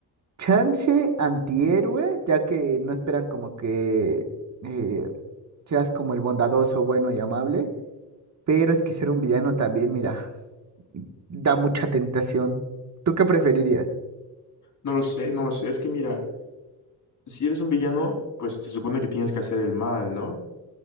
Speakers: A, on the right (about 45°); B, on the left (about 50°).
A: Chance antihéroe, ya que no esperan como que eh, seas como el bondadoso, bueno y amable, pero es que ser un villano también, mira, da mucha tentación. ¿Tú qué preferirías?
B: No lo sé, no lo sé. Es que mira, si eres un villano, pues te supone que tienes que hacer el mal, ¿no?